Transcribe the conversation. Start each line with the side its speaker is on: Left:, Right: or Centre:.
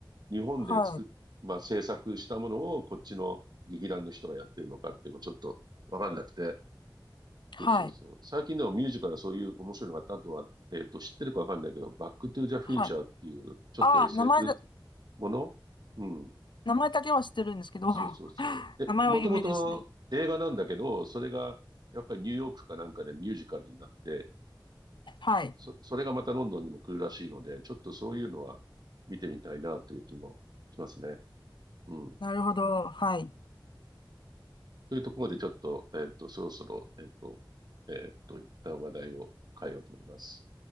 Right: 日本で作っ、
Left: はい。
Right: まあ、制作したものをこっちの劇団の人がやってるのかっていうのもちょっとわかんなくて。
Left: はい。
Right: そうそうそう。最近でもミュージカルはそういう面白いのがあった。あとは、えっと、知ってるかわかんないけど、バックトゥザフューチャーっていう、
Left: はい。
Right: ちょっと
Left: あー、
Right: SF
Left: 名前だ。
Right: ものうん。
Left: 名前だけは知ってるんですけど、
Right: そうそうそう。
Left: <laughs>
Right: え、
Left: 名前は夢ですね。
Right: もともと映画なんだけど、それが、やっぱりニューヨークかなんかでミュージカルになって、
Left: はい。
Right: そ、それがまたロンドンにも来るらしいので、ちょっとそういうのは見てみたいなという気もしますね。うん。
Left: なるほど。はい。
Right: というところでちょっと、えっと、そろそろ、えっと、えっと、一旦話題を変えようと思います。